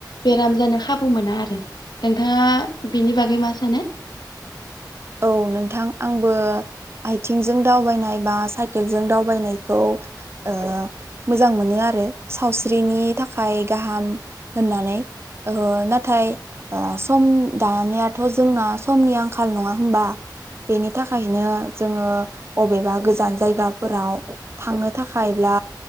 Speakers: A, on the left; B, on the right.
A: बेराम जानो खाबु मोना आरो नोंथाङा बेनि बागै मा सानो
B: औ नोंथां आंबो आथिंजों दावबायनाय बा साइकेलजों दावबायनायखौ ओ मोजां मोनो आरो सावस्रिनि थाखाय गाहाम होननानै ओ नाथाय अ सम दानियाथ' जोंना समनि आंखाल नङा होमबा बेनि थाखायनो जोङो अबेबा गोजान जायगाफोराव थांनो थाखायब्ला